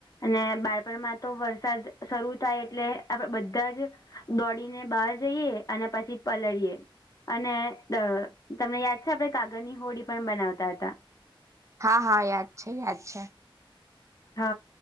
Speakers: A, on the left; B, on the right.
A: અને બાળપણમાં તો વરસાદ શરૂ થાય એટલે આપડે બધા જ દોડીને બહાર જઈએ અને પછી પલળીએ અને તમને યાદ છે આપડે કાગળની હોડી પણ બનાવતા હતા
B: હા હા યાદ છે યાદ છે
A: હ